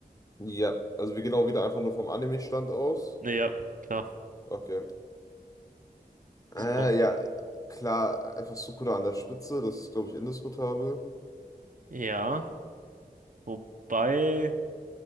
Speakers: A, on the left; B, on the right.
A: ja, also wir gehen auch wieder einfach nur vom Anime-Stand aus.
B: Naja, klar.
A: Okay. Äh,
B: So,
A: ja, klar, einfach Sukuna an der Spitze, das ist, glaube ich, indiskutabel.
B: ja, wobei,